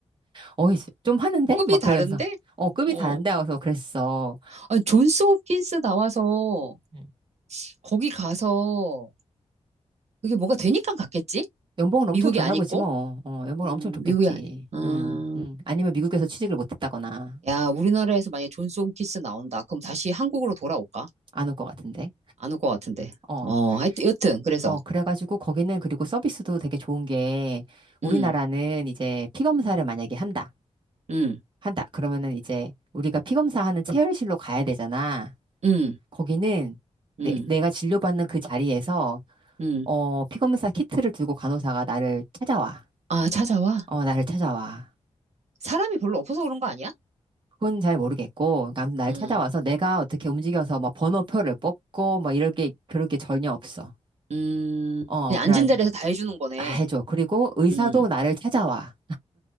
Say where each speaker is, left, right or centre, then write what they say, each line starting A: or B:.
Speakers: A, on the right (about 40°); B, on the right (about 70°).
A: 어이, 좀 하는데?
B: 급이
A: 막
B: 다른데?
A: 그러면서, 어, 급이
B: 어.
A: 다른데? 와서 그랬어.
B: 아니, 존스 홉킨스 나와서
A: 음.
B: 거기 가서 그게 뭐가 되니까 갔겠지?
A: 연봉은
B: 미국이
A: 엄청 줬나
B: 아니고?
A: 보지 뭐. 어, 연봉은
B: 음,
A: 엄청 줬겠지.
B: 미국이 아니. 음,
A: 응, 응. 아니면 미국에서 취직을 못 했다거나,
B: 야, 우리나라에서 만약에 존스 홉킨스 나온다. 그럼 다시 한국으로 돌아올까?
A: 안 올 것 같은데.
B: 안 올 것 같은데.
A: 어.
B: 어, 하여튼, 여튼, 그래서.
A: 어, 그래가지고 거기는 그리고 서비스도 되게 좋은 게 우리나라는
B: 음,
A: 이제 피 검사를 만약에 한다.
B: 음,
A: 한다. 그러면은 이제 우리가 피 검사하는 체열실로 가야 되잖아.
B: 음,
A: 거기는
B: 음,
A: 내, 가 진료받는 그 자리에서
B: 음.
A: 어, 피 검사 키트를 들고 간호사가 나를 찾아와.
B: 아, 찾아와?
A: 어, 나를 찾아와.
B: 사람이 별로 없어서 그런 거 아니야?
A: 그건 잘 모르겠고, 남- 날
B: 음,
A: 찾아와서 내가 어떻게 움직여서 막 번호표를 뽑고 뭐 이럴 게 그럴 게 전혀 없어.
B: 음.
A: 어,
B: 그냥
A: 그래.
B: 앉은 자리에서 다 해주는 거네.
A: 나 해줘. 그리고 의사도
B: 음.
A: 나를 찾아와.